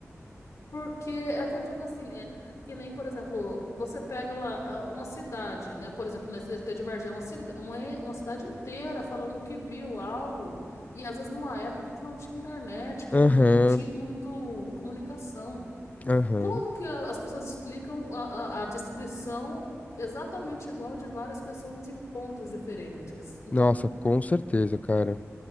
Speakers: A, on the left; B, on the left.
A: porque é o que eu digo assim, é, que nem, por exemplo, você pega lá ah, uma cidade, né? Por exemplo, nesse DT de Varginha, uma, cida- uma, e- uma cidade inteira falando que viu algo, e às vezes numa época que não tinha internet, que
B: Aham,
A: não tinha muito comunicação.
B: aham.
A: Como que a- as pessoas explicam a, a, a descrição exatamente igual de várias pessoas em pontos diferentes? Então,
B: Nossa, com certeza, cara.